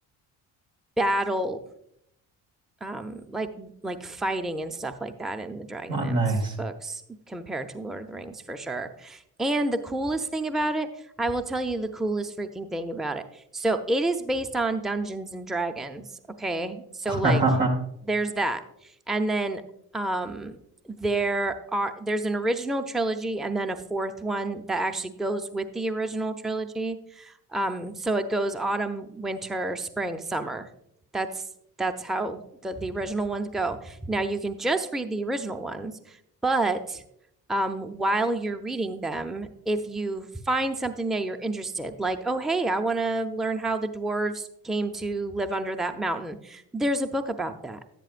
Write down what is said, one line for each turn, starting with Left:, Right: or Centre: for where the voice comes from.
Centre: battle um like like fighting and stuff like that in the Dragonlance
Right: Oh, nice.
Centre: books compared to Lord of the Rings for sure. And the coolest thing about it, I will tell you the coolest freaking thing about it. So it is based on Dungeons and Dragons, okay? So
Right: <laughs>
Centre: like there's that. And then um there are there's an original trilogy and then a fourth one that actually goes with the original trilogy. Um so it goes autumn, winter, spring, summer that's that's how the, the original ones go. Now you can just read the original ones, but um, while you're reading them, if you find something that you're interested, like, oh, hey, I want to learn how the dwarves came to live under that mountain, there's a book about that.